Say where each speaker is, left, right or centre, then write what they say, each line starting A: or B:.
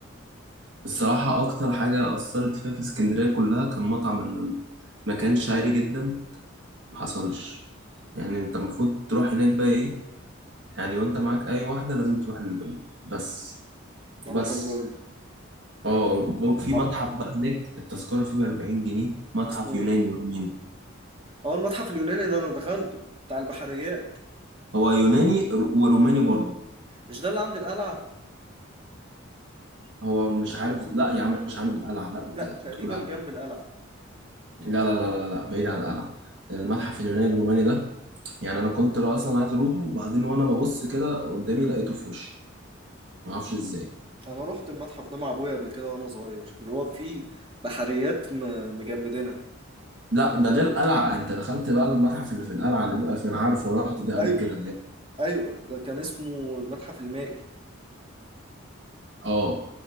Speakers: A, on the right; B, on the right.
A: الصراحة أكتر حاجة أثرت فيا في اسكندرية كلها كان مطعم اللول ما كانش عالي جدا محصلش يعني أنت المفروض تروح هناك بقى إيه يعني وأنت معاك أي واحدة لازم تروح اللول بس وبس
B: اروح اللول
A: اه ب- في
B: آه،
A: متحف بقى هناك التذكرة فيه بأربعين جنيه متحف
B: اسمه
A: يوناني
B: ايه
A: روماني
B: اه المتحف اليوناني ده انا دخلته بتاع البحريات
A: هو يوناني رو- وروماني برضو
B: مش ده اللي عند القلعه
A: هو مش عارف لا يا عم مش عند القلعة لا انت
B: لا
A: كنت
B: تقريبا
A: بتقول على
B: جنب القلعه
A: لا لا لا لا, لا بعيد عن القلعة المتحف اليوناني الروماني ده يعني انا كنت اصلا عايز اروحه وبعدين وانا ببص كده قدامي لقيته في وشي ما اعرفش ازاي
B: انا رحت المتحف ده مع ابويا قبل كده وانا صغير اللي هو فيه بحريات م- مجمدينها
A: لا ده ده القلعة انت دخلت بقى المتحف اللي في القلعة اللي بقى في انا عارف أنا رحت ده
B: ايوه
A: قبل كده اللي هي-
B: ايوه ده كان اسمه المتحف المائي
A: اه